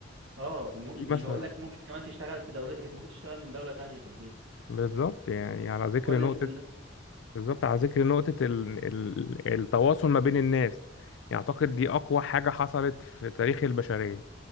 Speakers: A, on the right; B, on the left.
A: اه م-
B: دي
A: مش
B: مثلا
A: هقول
B: بالظبط
A: لك ممكن كمان تشتغل في دولتك انت ممكن تشتغل من دولة تانية في البيت
B: بالظبط، يعني على ذكر
A: هو اللي
B: نقطة
A: انت إن-
B: بالظبط على ذكر نقطة ال... ال... التواصل ما بين الناس يعني أعتقد دي أقوى حاجة حصلت في تاريخ البشرية